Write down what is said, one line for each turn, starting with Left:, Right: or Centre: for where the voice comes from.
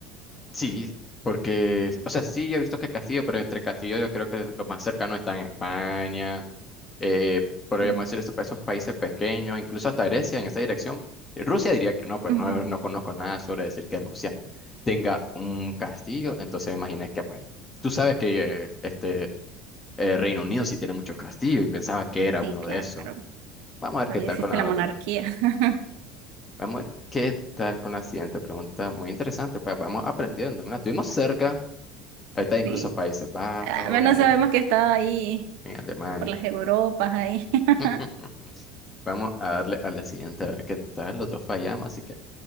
Left: Sí, porque, o sea, sí, yo he visto que Castillo, pero entre Castillo yo creo que lo más cercano está en España, eh, podríamos
Right: Sí.
Left: decir eso para esos países pequeños, incluso hasta Grecia en esa dirección. Eh, Rusia diría que no, pues
Right: Ujú.
Left: no, no conozco nada sobre decir que Rusia tenga un castillo, entonces imaginé que pues... Tú sabes que eh, este, eh, Reino Unido sí tiene muchos castillos y pensaba que era
Right: Sí,
Left: uno
Right: claro.
Left: de esos. Vamos a ver
Right: Todavía
Left: qué tal
Right: existe
Left: con la
Right: la monarquía.
Left: otra.
Right: <laughs>
Left: Vamos a ver qué tal con la siguiente pregunta. Muy interesante, pues vamos aprendiendo. Mira, estuvimos cerca. Ahí está incluso
Right: Sí.
Left: Países Bajos,
Right: Al menos
Left: mira,
Right: sabemos que está ahí
Left: en Alemania.
Right: por las Europas ahí. <laughs>
Left: <laughs> Vamos a darle a la siguiente a ver qué tal. Los dos fallamos, así que